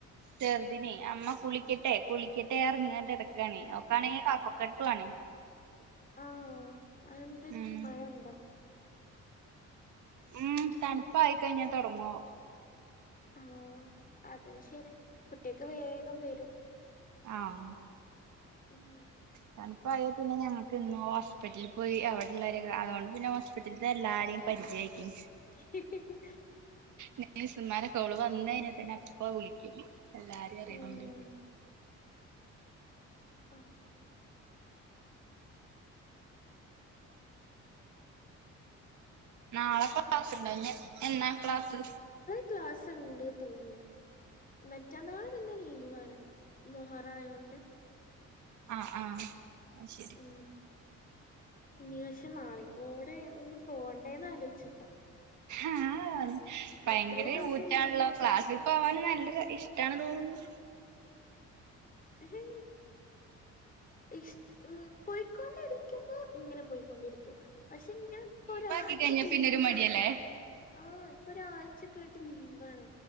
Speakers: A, on the right (about 70°); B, on the left (about 30°).
A: ചെറുതിനെ അമ്മ കുളിക്കട്ടെ കുളിക്കട്ടെ അറിഞ്ഞങ്ങട്. എടക്കാണ് ഒക്കാണെങ്കിൽകഫക്കെട്ടുണ്.
B: ആഹ എന്ത്പറ്റി
A: ഉം
B: മഴ കോണ്ടോ?
A: ഉം തണുപ്പായി കഴിഞ്ഞ തുടങ്ങു.
B: ആ അതെ ശരിയ കുട്ടികക്ക് വേഗം വരും.
A: ആഹ
B: ഉം
A: തണുപ്പ് അയ പിന്നെ ഞങ്ങൾക്ക് എനും ഹോസ്പിറ്റലിൽ പോയി അവിടെള്ളവരെ അതുകൊണ്ട് പിന്നെ ഹോസ്പിറ്റലിൽ എല്ലാരിം.. പരിചയക്ക്ണ്.
B: <inaudible>
A: നേഴ്സുമാരൊക്കെ അവള് വന്ന് കഴിഞ്ഞാൽ തന്നെ അപ്പ വിളിക്കും. എല്ലാരും അറിയണോണ്ട്.
B: ഉം ആഹ്
A: നാളെ ക്ലാസ്ണ്ടാ എന്നാ ക്ലാസ്സ്.
B: ക്ലാസ്സ് ഉണ്ട് തോന്ന് മറ്റന്നാള് പിന്നെ ലീവാണ്. മുഹറാംഅയോണ്ട്.
A: ആ ആ ശരി
B: ഉം ഇനി പക്ഷെ നാളിം കൂടെ പോകണ്ടേന്ന് ആലോചിച്ചിട്ടാ.
A: ആഹ ഭയങ്കര
B: എത്രയോ ദിവസം
A: ഊറ്റാണല്ലോ
B: ലീവല്ലേനോ
A: ക്ലാസ്. പോവാന് നല്ലൊ ഇഷ്ട് തോന്നുന്നു.
B: ഹേ ഇഷ ഉ പോയിക്കൊണ്ടിരിക്കുമ്പോ ഇങ്ങനെ പോയിക്കൊണ്ടിരിക്കും. പക്ഷെ ഇങ്ങനെ
A: ലീവാക്കി
B: ഒരാഴ്ചക്ക്
A: കഴിഞ്ഞാ
B: ലീവാണ്.
A: പിന്നെ ഒരു മടിയല്ലേ
B: ആഹ ഇപ്പൊ ഒരാഴ്ചക്ക ആയിട്ട് ലീവാണ്